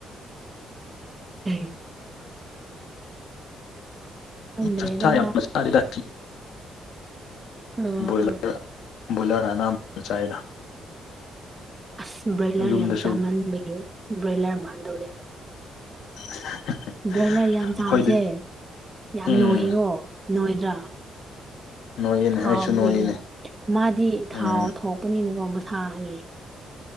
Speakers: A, on the right; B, on the left.
A: ꯎꯝ ꯈꯪꯗ꯭ꯔꯦꯗ
B: ꯆ ꯆ ꯌꯥꯝ ꯅꯁꯀꯗ
A: ꯑ
B: ꯕꯣꯏꯂꯔ
A: ꯑ
B: ꯕꯣꯏꯂꯔ ꯑꯅꯕ ꯆꯥꯏꯗ
A: ꯑꯁ ꯕ꯭ꯔꯣꯏꯂꯔ
B: ꯌꯨꯝꯗꯁꯨ
A: ꯌꯥꯝ ꯆꯥꯝꯃꯟꯕꯒꯤ ꯕ꯭ꯔꯣꯏꯂꯔ ꯃꯥꯟꯅꯗꯧꯔꯦ
B: <unintelligible>
A: ꯕ꯭ꯔꯣꯏꯂꯔ ꯌꯥꯝ
B: ꯑꯩꯈꯣꯏꯗꯗꯤ
A: ꯆꯥꯕꯁꯦ ꯌꯥꯝ
B: ꯎꯝ
A: ꯅꯣꯏꯌꯦꯀꯣ ꯅꯣꯏꯗ꯭ꯔꯥ
B: ꯅꯣꯏꯌꯦꯅꯦ
A: ꯊꯥꯎ
B: ꯑꯩꯁꯨ ꯅꯣꯏꯌꯦꯅꯦ
A: ꯀꯩ ꯀ ꯃꯥꯗꯤ
B: ꯎꯝ
A: ꯊꯥꯎ ꯊꯣꯛꯄꯅꯤꯅꯦꯀꯣ ꯃꯁꯥꯒꯤ